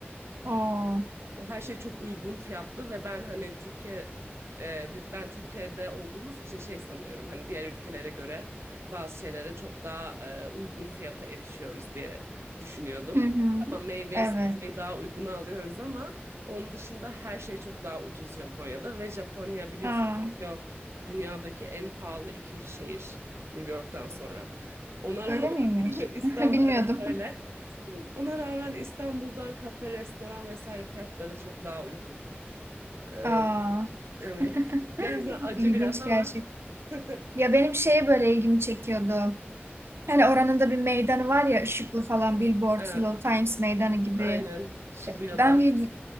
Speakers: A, on the right (about 70°); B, on the right (about 85°).
A: Oo.
B: her şey çok uygun fiyatlı ve ben hani Türkiye e, ben Türkiye'de olduğumuz için şey sanıyorum hani diğer ülkelere göre bazı şeylere çok daha e, uygun fiyata erişiyoruz diye düşünüyordum.
A: Hı hı.
B: Tamam meyveyi
A: Evet.
B: sebzeyi daha uyguna alıyoruz ama onun dışında her şey çok daha ucuz Japonya'da ve Japonya biliyorsun
A: Aa.
B: Tokyo dünyadaki en pahalı ikinci şehir New York'tan sonra. Ona rağmen
A: Öyle miymiş?
B: <laughs> İstanbul
A: <laughs> Bilmiyordum.
B: evet öyle. Ona rağmen İstanbul'dan kafe, restoran vesaire fiyatları çok daha uygun. Ee,
A: Aa,
B: evet.
A: <laughs>
B: Gerçekten acı
A: ilginç
B: biraz ama.
A: gerçek.
B: <laughs>
A: Ya benim şeye böyle ilgimi çekiyordu. Hani oranın da bir meydanı var ya ışıklı falan billboardlu
B: Evet,
A: Times Meydanı gibi.
B: aynen. Shibuya'da.
A: Ben bir